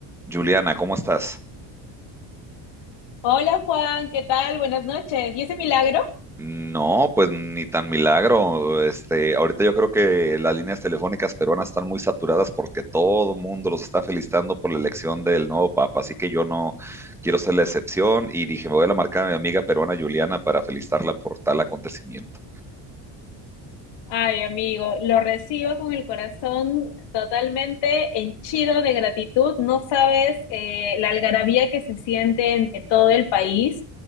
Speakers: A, in the centre; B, on the left.
A: Juliana, ¿cómo estás?
B: Hola Juan, ¿qué tal? Buenas noches. ¿Y ese milagro?
A: No, pues ni tan milagro. Este, ahorita yo creo que las líneas telefónicas peruanas están muy saturadas porque todo el mundo los está felicitando por la elección del nuevo papa, así que yo no quiero ser la excepción y dije, me voy a la marca a mi amiga peruana Juliana para felicitarla por tal acontecimiento.
B: Ay, amigo, lo recibo con el corazón totalmente henchido de gratitud. No sabes eh, la algarabía que se siente en, en todo el país